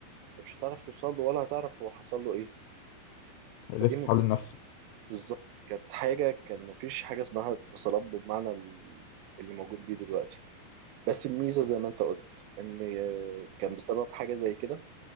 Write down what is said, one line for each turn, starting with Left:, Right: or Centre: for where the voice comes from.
Right: انت مش هتعرف توصل له ولا هتعرف هو حصل له ايه
Left: يلف
Right: فدي م-
Left: حوالين نفسه
Right: بالظبط كانت حاجه كان مفيش حاجه اسمها اتصالات بالمعنى ال- اللي موجود بيه دلوقتي بس الميزة زي ما انت قلت ان آه، كان بسبب حاجة زي كده